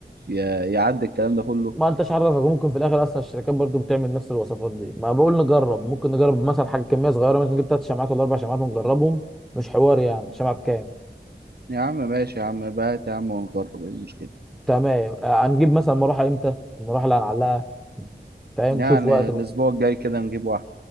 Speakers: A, on the right; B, in the centre.
A: ي- يعدي الكلام ده كله
B: ما انتش عرفك ممكن في الاخر اصلا الشركات برضو بتعمل نفس الوصفات دي ما بقول نجرب ممكن نجرب مثلا حاجه كميه صغيره مثلا نجيب ثلاث شمعات ولا اربع شمعات ونجربهم مش حوار يعني شمعه بكام
A: يا عم ماشي يا عم بات يا عم ونجرب ايه المشكلة
B: تمام آه، هنجيب مثلا مروحه امتى المروحه اللي هنعلقها فاهم
A: يعني
B: شوف وقت
A: الأسبوع
B: بقى
A: الجاي كده نجيب واحدة